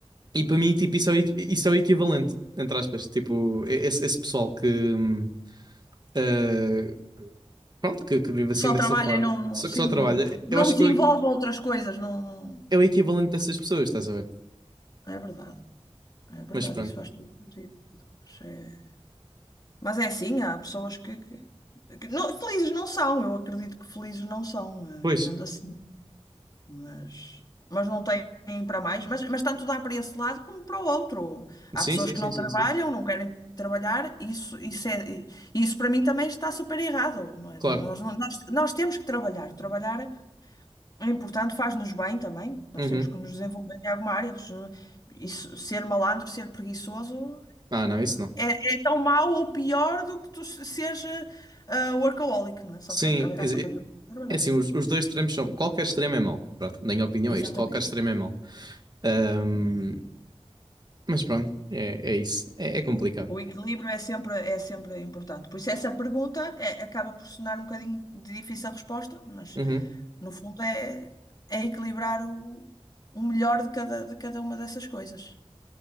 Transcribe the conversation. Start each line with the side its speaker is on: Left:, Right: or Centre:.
Right: E para mim, tipo, isso é, o equi- isso é o equivalente, entre aspas, tipo, e- esse, esse pessoal que. hum, Uh, pronto, que, que vive assim
Left: Só
Right: dessa
Left: trabalha
Right: forma,
Left: e não, não,
Right: que só,
Left: sim,
Right: que só trabalha.
Left: não, não
Right: Eu acho
Left: desenvolve
Right: que eu-
Left: outras coisas, não, não-
Right: é o equivalente dessas pessoas, estás a ver?
Left: é verdade. É verdade,
Right: Mas pronto.
Left: isso faz todo sentido. Mas é, mas é assim, há pessoas que, que- que não- felizes não são, eu acredito que felizes não são, eh,
Right: Pois,
Left: vivendo assim, mas, mas não têm para mais, mas, mas tanto dá para esse lado como para o outro. Há
Right: sim,
Left: pessoas
Right: sim,
Left: que
Right: sim,
Left: não
Right: sim,
Left: trabalham,
Right: sim.
Left: não querem trabalhar, isso, isso, é, e- isso para mim também está super errado, não é?
Right: Claro.
Left: Não- Nós, não- nós, nós temos que trabalhar, trabalhar é importante, faz-nos bem também, nós
Right: Uhum.
Left: temos que nos desenvolver em alguma área, isso, ser malandro, ser preguiçoso.
Right: Ah, não, isso não.
Left: É, é tão mau ou pior do que tu se- seja ah, workaholic, não é? Só
Right: Sim,
Left: querer trabalhar,
Right: é
Left: só querer trabalhar.
Right: é assim, os, os dois extremos são. Qualquer extremo é mau. Pronto, na minha opinião
Left: Exatamente.
Right: é isto. Qualquer extremo é mau. Ahm,
Left: É verdade.
Right: mas pronto, é, é isso. É, é complicado.
Left: É. O equilíbrio é sempre, é sempre importante. Por isso, essa pergunta é- acaba por sonar um bocadinho de difícil a resposta, mas
Right: Uhum.
Left: no fundo é, é equilibrar o, o melhor de cada, de cada uma dessas coisas.